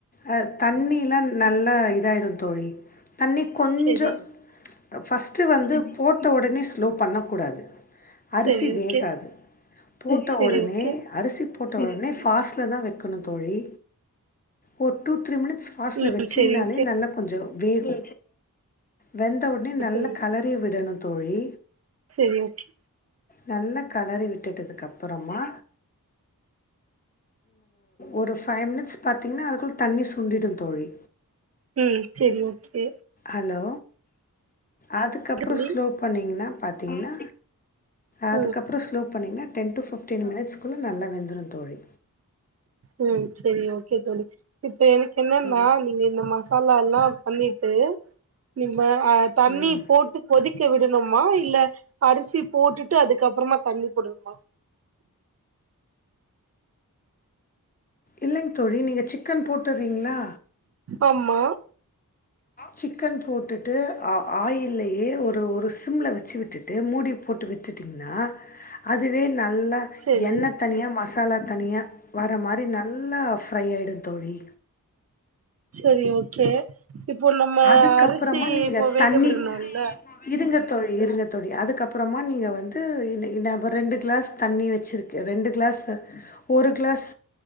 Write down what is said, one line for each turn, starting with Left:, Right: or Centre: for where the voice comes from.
Left: அ தண்ணிலா நல்லா இதாயிடு தோழி. தண்ணி கொஞ்சோ
Right: செரி
Left: ஃபஸ்ட்டு வந்து போட்ட ஒடனே ஸ்லோ பண்ணக்கூடாது அரிசி
Right: செரி ஓகே
Left: வேகாது. போட்ட
Right: செரி
Left: ஒடனே
Right: ஓகே
Left: அரிசி போட்ட உடனே ஃபாஸ்ட்ல தா வெக்கணு தோழி ஒ டூ த்ரீ மினி ட்ஸ் ஃபாஸ்ட்ல
Right: ம்
Left: வெச்சிங்னாளே
Right: செரி ஓகே
Left: நல்லா கொஞ்சொ வேகு. வெந்த உட்னே நல்லா
Right: தோழி
Left: களறி விடணு தோழி.
Right: செரி ஓகே
Left: நல்லா களறி விட்டடுதுக்கு அப்புறமா ஒரு ஃபைவ் மினிட்ஸ் பாத்தீங்ன்னா அதுக்குள்ள தண்ணி சுண்டிடு தோழி
Right: ம் செரி ஓகே
Left: அலோ அதுக்கப்றோ
Right: தோழி
Left: ஸ்லோ பண்ணிங்கணா பாத்தீங்ணா அதுக்கப்றோ
Right: ம்
Left: ஸ்லோ பண்ணிங்னா டென் டு ஃபிப்டீன் மினிட்ஸ்குள்ள நல்லா வெந்துரு தோழி
Right: ம் செரி ஓகே தோழி இப்ப எனக் என்னன்னா
Left: ஆ
Right: நீங்க இந்த மசாலா எல்லா பண்ணிட்டு இல்ல அ தண்ணி
Left: ம்
Right: போட்டு கொதிக்க விடணுமா இல்ல அரிசி போட்டுட்டு அதுக்கப்புறமா தண்ணி போடுனுமா
Left: இல்லங் தோழி நீங்க சிக்கன் போட்டுறீங்ளா
Right: ஆமா
Left: சிக்கன் போட்டுட்டு ஆயில்லயே ஒரு ஒரு சி சிம்ல வச்சு விட்டுட்டு மூடி போட்டு விட்டுட்டீங்னா அதுவே நல்லா
Right: செரி
Left: எண்ணெ தனியா மசாலா தனியா வர மாரி நல்லா ஃப்ரை ஆயிடு தோழி
Right: செரி ஓகே இப்போ நம்ம
Left: அதுக்கப்புறமா
Right: அரிசி
Left: நீங்க
Right: இப்போ வேகவிடணுல
Left: தண்ணி இருங்க தோழி இருங்க தோழி அதுக் அப்றமா நீங்க வந்து இந் இந்தாப்ப ரெண்டு கிளாஸ் தண்ணி வச்ருக்கே ரெண்டு கிளாஸ் கிளாஸ் ஒரு கிளாஸ்